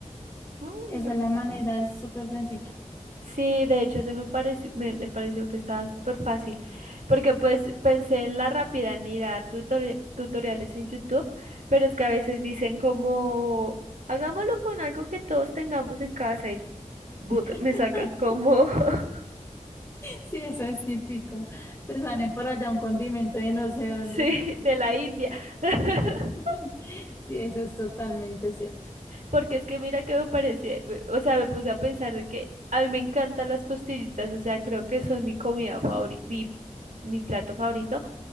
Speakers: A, on the right; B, on the left.
A: mm,
B: Esa es la manera, es súper sencilla
A: Sí, de hecho, se me pareció, me, me pareció que estaba súper fácil, porque pues pensé en la rápida, en mirar tutori- tutoriales en YouTube, pero es que a veces dicen como, hagámoslo con algo que todos tengamos en casa y but,
B: <laughs>
A: me sacan como, <laughs>
B: Sí, eso es típico. Te salen por allá un condimento de no sé dónde.
A: sí, de la India. <laughs>
B: <laughs> Sí, eso es totalmente cierto.
A: Porque es que mira que me parece, eh, o sea, me puse a pensar de que a mí me encantan las costillitas, o sea, creo que son mi comida favorita, mi, mi plato favorito,